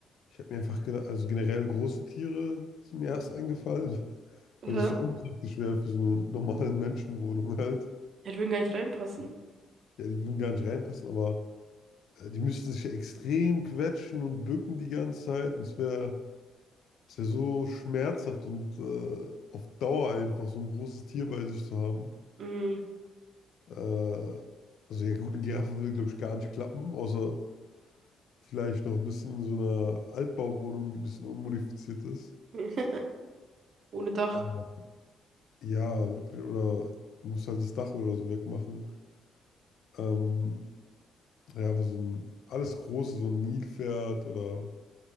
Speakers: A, on the left; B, on the right.
A: ich habe mir einfach gedacht, also generell große Tiere sind mir erst eingefallen, <laughs>
B: Äh,
A: weil es so unpraktisch wäre für so eine normale Menschenwohnung halt.
B: ich würde gar nicht reinpassen.
A: Ja, die würden gar nicht reinpassen, aber äh, die müssten sich ja extrem quetschen und bücken die ganze Zeit. Und es wäre es wär so schmerzhaft und äh, auf Dauer einfach so ein großes Tier bei sich zu haben.
B: Mm.
A: Äh, also ja gut, eine Giraffe würde, glaube ich, gar nicht klappen, außer vielleicht noch ein bisschen in so einer Altbauwohnung, die ein bisschen unmodifiziert ist.
B: <laughs> Ohne Dach.
A: Aber ja, wirklich, oder du musst halt das Dach oder so wegmachen. Ähm, ja, aber so ein alles Große, so ein Nilpferd oder